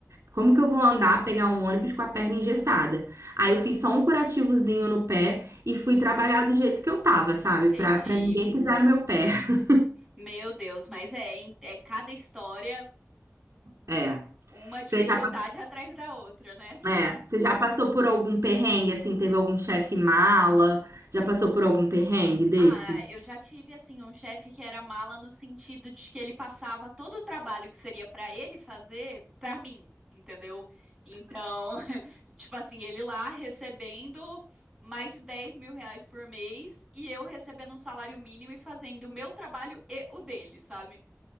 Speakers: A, on the right; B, in the centre.
A: Como que eu vou andar, pegar um ônibus com a perna engessada? Aí eu fiz só um curativozinho no pé e fui trabalhar do jeito que eu tava, sabe?
B: entendi.
A: Pra, pra ninguém pisar no meu pé. <laughs>
B: Meu Deus, mas é, hein, é cada história
A: É.
B: uma dificuldade
A: Você já, pass-
B: <laughs> atrás da outra, né?
A: é, você já passou por algum perrengue, assim? Teve algum chefe mala? Já passou por algum perrengue desses?
B: Ah, eu já tive assim um chefe que era mala no sentido de que ele passava todo o trabalho que seria pra ele fazer pra mim, entendeu? Então, <laughs> tipo assim, ele lá recebendo mais de 10 mil reais por mês e eu recebendo um salário mínimo e fazendo o meu trabalho e o dele, sabe?